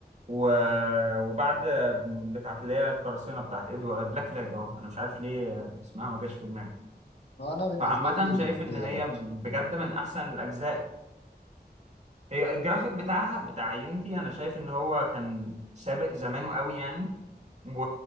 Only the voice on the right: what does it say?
و- وبعد بتاعت اللي هي القراصنه بتاعت ادوارد بلاك فلاج اه انا مش عارف ليه اسمها ما جاش في دماغي
فعامة
شايف ان
هي
بجد من احسن الاجزاء هي الجرافيك بتاعها بتاع يونيتي انا شايف ان هو كان سابق زمانه قوي يعني و...